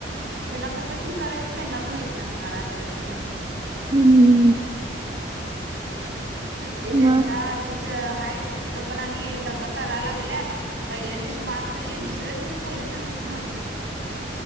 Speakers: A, on the right (about 90°); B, on the right (about 35°).
A: त्यांना कसं ठीक करायचं त्यांनाच माहित नसणार आहे आत्ताच्या जनरेशनच्या.
B: हम् ह. <unintelligible>
A: ते जनताच
B: मग
A: च हाय तिथं पण आणि दंगा कराय लागल्यात. पहिल्या दिवशी मार खाल्लीत. दुसऱ्या दिवशी पोलिसांनाच मारत्यात.